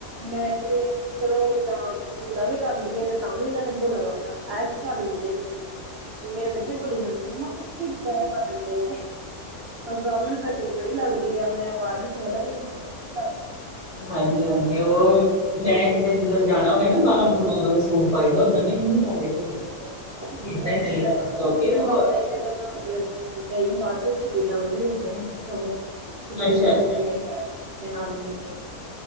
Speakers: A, on the right; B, on the left.
A: ਮੈਂ ਜੇ ਚਲੋ ਤਾਂ ਜੂੜਾ ਵੀ ਕਰ ਲਈਏ ਤੇ ਤਾਂ ਵੀ ਉਹਨਾਂ ਨੇ ਬੋਲਣ ਲੱਗ ਪੈਣਾ। ਆਇਆ ਕੀ ਕਰ ਲੈਂਦੇ ਚ ਮੇਰੇ ਬੱਚੇ ਬੋਲੀ ਜਾਣਗੇ ਮੰਮਾ ਤੁਸੀਂ। ਕਿੰਨੇ ਬਲਣ ਡਏ ਨੇ ਬ੍ਰਾਹਮਣ। ਗਰਮੀ ਬੜੀ ਲੱਗਦੀ ਆ ਮੈਂ ਵਾਲ ਵੀ ਖੋਲ ਲਵਾ ਗਰਮੀ ਬੜੀ ਲੱਗਦੀ ਮੈਨੂੰ।
B: ਹਾਂਜੀ, ਹਾਂਜੀ ਉਹ। ਮੈਂ ਕਿਤੇ ਜਿੱਦਣ ਜਾਣਾ ਹੋਵੇ ਨਾ ਬਾਹਰ ਉਦੋਂ ਸੂਟ ਪਾਈਦਾ ਉਦਾਂ ਨਹੀਂ ਪਾਉਂਦੇ। ਘਰੇ
A: ਹਾਂ ਸਹੀ
B: ਏਦਾਂ
A: ਗੱਲ
B: ਹੀ
A: ਹੈ।
B: ਰਹੀਦਾ ਕਿਉਂਕਿ
A: ਮੈਂ
B: ਉਹ
A: ਤਾਂ ਹੁਣੇ ਜਦੋਂ ਤਾਂ ਗਈ ਬਾਹਰ ਤੇ ਸ਼ਬੀਲਾਂ ਬੜੀਆਂ ਲੱਗੀਆ ਹੋਈਆਂ ਸੀ ਸਗੋਂ। ਛਬੀਲ
B: ਅੱਛਾ
A: ਪੇ ਕੇ ਆਈ ਮੈਂ ਤੇ ਨਾਲ ਮੇਰੇ ਗਏ ਸੀ।